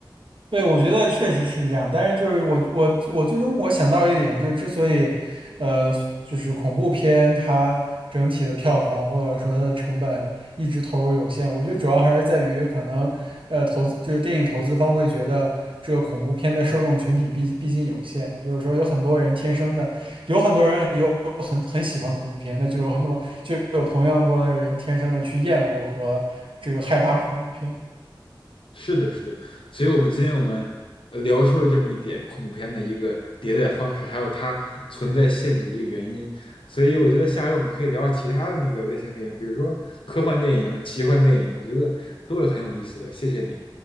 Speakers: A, on the right; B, on the left.
A: 对，我觉得确实是这样，但是就是我我我最终我想到一点，就是之所以，呃，就是恐怖片它整体的票房或者说它的成本一直投入有限，我觉得主要还是在于可能，呃，投资就是电影投资方会觉得这个恐怖片的受众群体毕毕竟有限，就是说有很多人天生的，有很多人有很很喜欢恐怖片，那就有那么就有同样多的人天生的去厌恶和这个害怕恐怖片。
B: 是的，是的，所以我们今天我们呃聊出了这么一点恐怖片的一个迭代方式，还有它存在限制的一个原因。所以我觉得下回我们可以聊聊其他的那个类型电影，比如说科幻电影、奇幻电影，我觉得都会很有意思的。谢谢你。